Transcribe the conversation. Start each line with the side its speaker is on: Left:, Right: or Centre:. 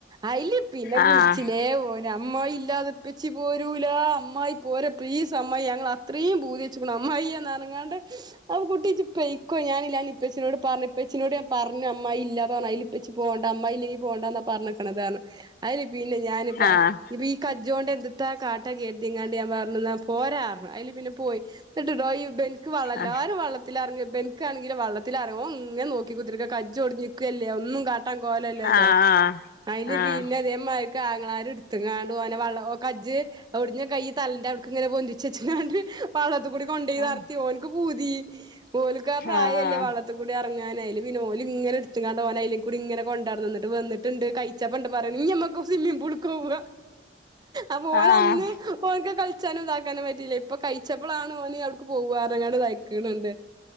Right: അയില് പിന്നെ
Left: ആഹ്
Right: വിളിച്ചിലേ ഓന് അമ്മായി ഇല്ലാതെ ഇപ്പെച്ചി പോരൂലാ അമ്മായി പോരെ പ്ലീ സമ്മായെ ഞങ്ങളത്രീം പൂതിച്ച്ക്ക്ണ് അമ്മായിയെ എന്നർഞ്ങ്ങാണ്ട് സ അപ്പൊ കുട്ടിയെ ഇജ്ജ് പൊയ്ക്കൊ ഞാനില്ലാ ഞാഇപ്പച്ചിനോട് പർഞ്ഞു ഇപ്പച്ചിനോട് ഞാൻ പർഞ്ഞു അമ്മായില്ലാ പർഞ്ഞു അയില് ഇപ്പെച്ചി പോണ്ട അമ്മായില്ലെങ്കി പോണ്ടന്നാ പർഞ്ഞ്ക്ണതർഞ്ഞു അയില് പിന്നെ ഞാനിപ്പ
Left: ആഹ്
Right: ഇപ്പയീ കജ്ജോണ്ട് എന്ത്ത്താ കാട്ട കെര്തിങ്ങാണ്ട് ഞാൻ പറഞ് ഇന്നാ പോരാർഞ്ഞു അയില് പിന്നെ പോയി ഇന്ന്ട്ട്ട്ടോ ഈ ഇബൻക്ക് വള്ളം എല്ലാരും
Left: ആഹ്
Right: വള്ളത്തി ലെർങ്ങൊ ഇബൻക്കാണെങ്കിലോ വള്ളത്തിലെറങ്ങ ഓ ഇങ്ങനെ നോക്കിക്കുത്തർക്കാ കജെജാടിഞ്ക്കല്ലേ ഒന്നും കാട്ടാ ട്ട കോലല്ലല്ലോ
Left: ആഹ്
Right: അയില്
Left: ആഹ്
Right: പിന്നെതെ പോ മായിര്ക്ക് ആങ്ങളാര്ട്ത്ത്ങ്ങാണ്ട് ഓനെ വള്ള കജ്ജ് ഒട്ഞ്ഞ കൈ തലന്റവ്ട്ക്കും ങ്ങനെ പൊന്തിച്ചെച്ച്ങ്ങാണ്ട് വള്ളത്തുകൂടി കൊണ്ടോയി
Left: ആഹ്
Right: നർത്തി ഓൻക്ക് പൂതി ഓൽക്കാ പ്രായല്ലേ
Left: ആഹ്
Right: വള്ളത്ത് കൂടിയെറങ്ങാന് അയില് പിന്നെ ഓല്ങ്ങെനെ ഇട്ത്ത്ക്കാണ്ട് ഓനയ്ലെകൂടിങ്ങെനെ കൊണ്ടർന്ന് ഇന്നെട്ട് വന്ന്ട്ട്ണ്ട് കഴിച്ചപ്പെണ്ട് പറിണെ ഇഞമ്മക്ക് സ്വിമ്മിംഗ് പൂള്ക്കൊവാ? അപ്പൊനന്ന്
Left: ആഹ് ആഹ്
Right: ഓൻക്ക് കള് ച്ചാനും ഇതാക്കാനും പറ്റില്ല ഇപ്പൊ കഴിച്ചപ്പെളാണ് ഓന് ഔട്ക്ക് പോവാറഞ്ങ്ങാണ്ട് ഇതായ്ക്ണ് ണ്ട്